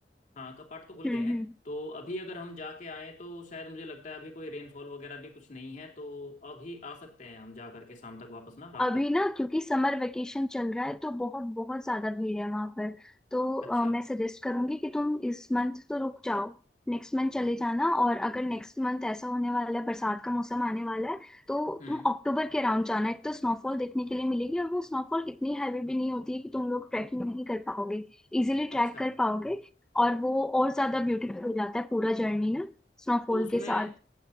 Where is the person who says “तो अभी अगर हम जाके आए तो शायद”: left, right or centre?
Left